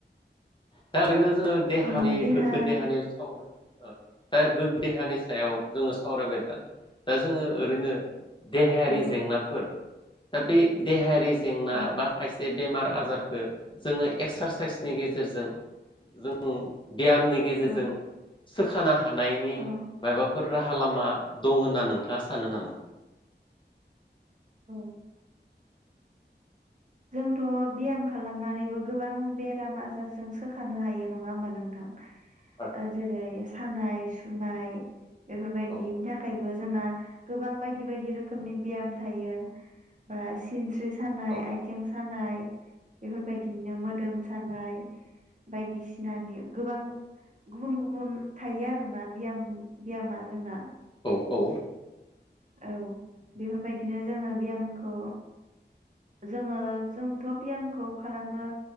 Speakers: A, on the left; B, on the right.
A: दा ओरैनो। जोङो देहानि
B: औ देहा
A: गोगो देहानिथावनो। ओ दा गोग्गो देहानि सायाव जोङो सावरायबाय था। दा जोङो ओरैनो। देहायारि
B: औ
A: जेंनाफोर। दा बे देहायारि। जेंना
B: औ
A: बा खायसे। बेमार आजारखौ जोङो एक्सारसाइसनि गेजेरजों जों। ब्यामनि गेजेरजों।
B: औ
A: सोखानो हानायनि
B: औ
A: माबाफोर राहा लामा दं होनना नों थाङा सानो नामा
B: औ जोंथ' बियाम खालामनानैबो गोबां बेराम आजारजों सोखानो हायो नङा होमबा नोंथां
A: आदसा
B: ओ सानाय सुनाय बेफोरबायदिनि
A: औ
B: थाखायबो जोंना गोबां बायदि बायदि रोखोमनि ब्याम थायो बा सिनस्रि सानाय
A: औ
B: आय सानाय बेफोरबायदिनो मोदोम सानाय बायदिसिनानि गोबां गुबुन गुबुन थायो आरोना बियाम बियामा जोंना
A: औ औ
B: औ बेफोरबायदिनो जोङो बियामखौ जोङो जोंथ' बियामखौ खालामनो